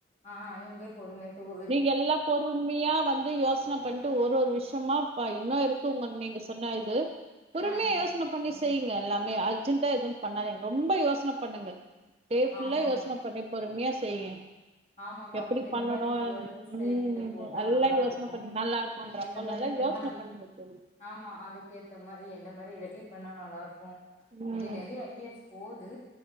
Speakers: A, on the left (about 40°); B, on the right (about 35°).
A: ஆ இங்யே பொறுமையா தூர்
B: நீங் எல்லா பொறு மையா வந்து யோஸ்ன பண்ட்டு ஒரு ஒரு விஷ்யமா பா இன்னு இருக்கு உங்க நீங்க சொன்ன இது பொறுமையா
A: ஆ
B: யோஸ்ன பண்ணி செய்ங்க எல்லாமே அர்ஜென்ட்டா எது பண்ணாதிங் ரொம்ப யோஸ்ன பண்ணுங்க டே ஃபுல்லா
A: ஆமாங்க
B: யோஸ்ன பண்ணி பொறுமையா செய்ங்க
A: ஆமாங்க அவங்களுக்கு
B: எப்பிடி
A: எந்த
B: பண்ணனு
A: மாரி ஜுவல்
B: ம்
A: செட்டு
B: ம்
A: போட்டா
B: எல்லா
A: நல்லா
B: யோஸ்ன
A: இருக்கு
B: பண்ணு நல்லாருக்குன்ற
A: எந்த
B: அப்போ
A: மாரி
B: நல்லா
A: ரெடி
B: யோசன பண்ணுங்க தோழி
A: ஆமா அதுக்கேத்த மாரி எந்த மாரி ரெடி பண்ணா நல்லாருக்கு
B: ம்
A: இப்டி நெறியா ஐடியாஸ் போது